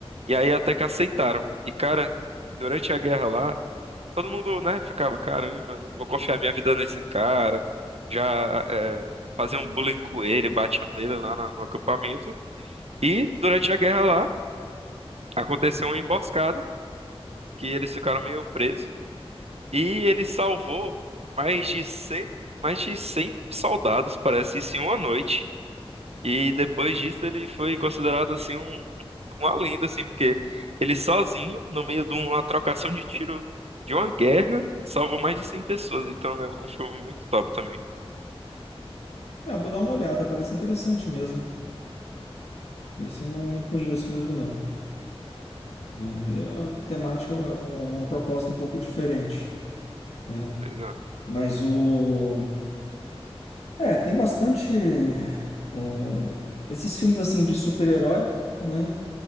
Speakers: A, on the right (about 75°); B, on the left (about 80°).
A: E aí, até que aceitaram. E, cara, durante a guerra lá. Todo mundo, né, ficava, caramba, não vou confiar minha vida nesse cara. Já é, faziam um bullying com ele, batiam nele lá na- no, acampamento. E durante a guerra lá, aconteceu uma emboscada, que eles ficaram meio presos. E ele salvou mais de 100, mais de 100 soldados, parece, isso em uma noite. E depois disso ele foi considerado assim um uma lenda, assim, porque ele sozinho, no meio de uma trocação de tiro de uma guerra, salvou mais de 100 pessoas. Então é um filme muito top também.
B: É, eu vou dar uma olhada, parece interessante mesmo. Esse eu não, não conheço mesmo, não. né? É, A temática é uma, é uma proposta um pouco diferente, né?
A: Pois é.
B: Mas o É, tem bastante. é, esses filmes assim de super-herói, né?